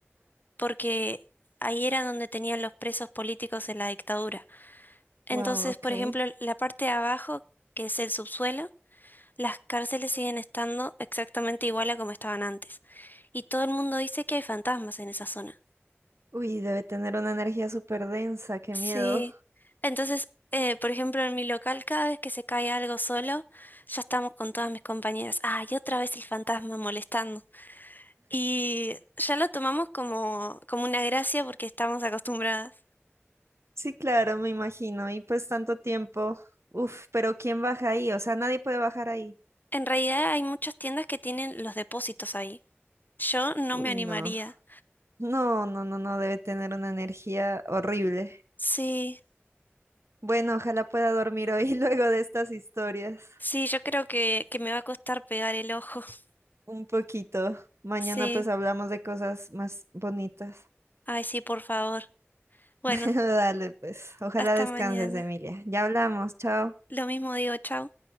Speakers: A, on the left; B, on the right.
A: porque ahí era donde tenían los presos políticos en la dictadura. Entonces,
B: Wow, ok.
A: por ejemplo, la parte de abajo, que es el subsuelo, las cárceles siguen estando exactamente igual a como estaban antes. Y todo el mundo dice que hay fantasmas en esa zona.
B: Uy, debe tener una energía súper densa, qué
A: Sí,
B: miedo.
A: entonces, eh, por ejemplo, en mi local, cada vez que se cae algo solo, ya estamos con todas mis compañeras. Ah, y otra vez el fantasma molestando. Y ya lo tomamos como, como una gracia porque estamos acostumbradas.
B: Sí, claro, me imagino. Y pues tanto tiempo. Uf, pero ¿quién baja ahí? O sea, nadie puede bajar ahí.
A: En realidad hay muchas tiendas que tienen los depósitos ahí. Yo no
B: Uy,
A: me animaría.
B: no. No, no, no, no, debe tener una energía horrible.
A: Sí,
B: Bueno, ojalá pueda dormir hoy <laughs> luego de estas historias.
A: sí, yo creo que, que me va a costar pegar el ojo. <laughs>
B: Un poquito. Mañana
A: Sí,
B: pues hablamos de cosas más bonitas.
A: ay, sí, por favor. Bueno,
B: <laughs> Dale, pues. Ojalá
A: hasta
B: descanses,
A: mañana.
B: Emilia. Ya hablamos. Chao.
A: Lo mismo digo, chao.